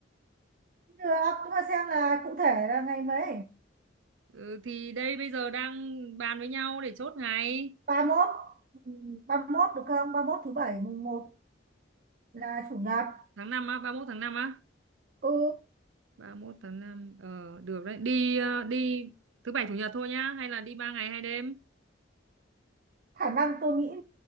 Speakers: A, on the right; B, on the right.
A: được à, nhưng mà xem là cụ thể là ngày mấy
B: Ừ, thì đây bây giờ đang bàn với nhau để chốt ngày.
A: ba mốt Ừ, ba mốt được không ba mốt thứ bảy mùng một là chủ nhật
B: Tháng năm á, 31 tháng 5 á.
A: ừ
B: 31 tháng 5 ờ, được đấy. Đi ờ, đi thứ bảy chủ nhật thôi nhá, hay là đi 3 ngày hai đêm
A: khả năng tôi nghĩ